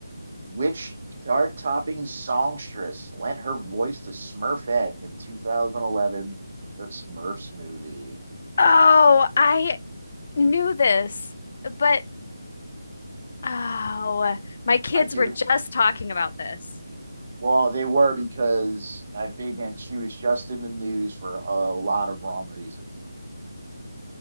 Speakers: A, on the right; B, on the left.
A: Which chart-topping songstress lent her voice to Smurfette in 2011, the Smurfs movie?
B: Oh, I knew this, but oh, my kids
A: I do.
B: were just talking about this.
A: Well, they were because I big and she was just in the news for a lot of wrong reasons,